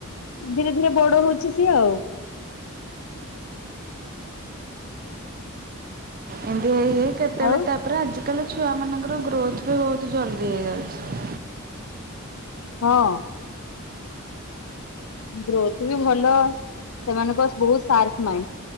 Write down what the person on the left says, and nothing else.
ଧୀରେ ଧୀରେ ବଡ ହଉଛି ସିଏ ଆଉ।
ଆଉ
ହଁ। ଗ୍ରୋଥ ବି ଭଲ ସେମାନଙ୍କ ବହୁତ ସାର୍ପ ମାଇଣ୍ଡ।